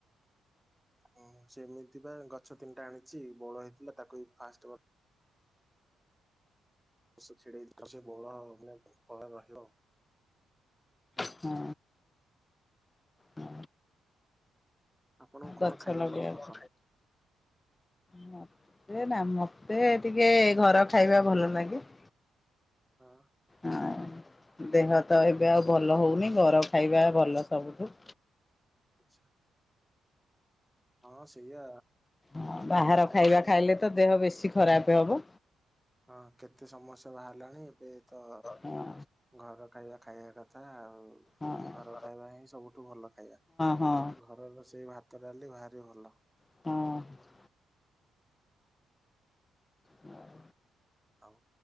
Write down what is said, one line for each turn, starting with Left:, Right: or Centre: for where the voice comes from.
Centre: ହ ସେମିତି ବା ଗଛ ତିନିଟା ଆଣିଛି ବୋଳ ହେଇଥିଲା ତାକୁ ଫାଷ୍ଟ ଛିଡେଇଥ ସେ ବଳ ମାନେ ଭଲ ରହିବ।
Left: ହଁ। ହ
Centre: ଆପଣଙ୍କୁ କଣ
Left: ଗଛ
Centre: ଖାଇବା
Left: ଲଗେଇବ।
Centre: ପାଇଁ ପସନ୍ଦ
Left: ମତେ ନା ମତେ ଟିକେ ଘର ଖାଇବା ଭଲ ଲାଗେ।
Centre: ହୁଁ।
Left: ହଁ ଦେହ ତ ଏବେ ଆଉ ଭଲ ହଉନି ଘର ଖାଇବା ଭଲ ସବୁଠୁ।
Centre: ଆଚ୍ଛା। ହଁ ସେଇଆ
Left: ହଁ ବାହାର
Centre: କେତେ ସମସ୍ୟା
Left: ଖାଇବା ଖାଇଲେ
Centre: ଯାହା
Left: ତ ଦେହ ବେଶୀ ଖରାପ ହବ
Centre: ହଁ କେତେ ସମସ୍ୟା ବାହାରିଲାଣି ଏବେ ତ
Left: ହଁ
Centre: ଘର ଖାଇବା ଖାଇବା କଥା ଆଉ।
Left: ହଁ
Centre: ଘର ଖାଇବା ହିଁ ସବୁଠୁ ଭଲ ଖାଇବା
Left: ହଁ ହଁ
Centre: ଘର ର ସେଇ ଭାତ ଡାଲି ଭାରି ଭଲ।
Left: ହଁ। ହଁ
Centre: ଆଉ।